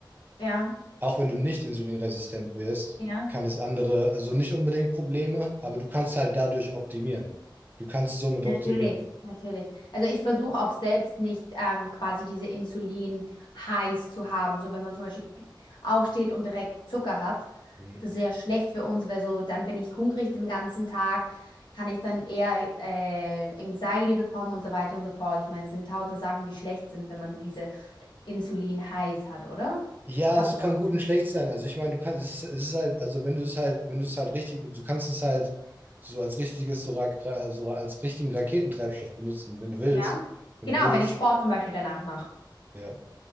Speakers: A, on the left; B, on the right.
A: ja,
B: auch wenn du nicht insulinresistent wirst,
A: ja.
B: kann es andere, also nicht unbedingt Probleme, aber du kannst halt dadurch optimieren. Du kannst somit
A: Natürlich,
B: optimieren.
A: natürlich. Also ich versuche auch selbst nicht ähm, quasi diese Insulin-Highs zu haben. So wenn man zum Beispiel aufsteht und direkt Zucker hat,
B: Hm.
A: das ist ja schlecht für uns, weil so dann bin ich hungrig den ganzen Tag, kann ich dann eher äh, Anxiety bekommen und so weiter und so fort. Ich meine, es sind tausende Sachen, die schlecht sind, wenn man diese Insulin-Highs hat, oder?
B: Ja,
A: Hat
B: also
A: es
B: es kann
A: auch,
B: gut und schlecht sein. Also ich meine, du kannst, es ist es ist halt, also wenn du es halt, wenn du es halt richtig, du kannst es halt so als richtiges, so, Ra- Ra- so als richtigen Raketentreibstoff benutzen, wenn du willst.
A: ja?
B: Wenn
A: Genau,
B: du willst.
A: wenn ich Sport zum Beispiel danach mache.
B: Ja.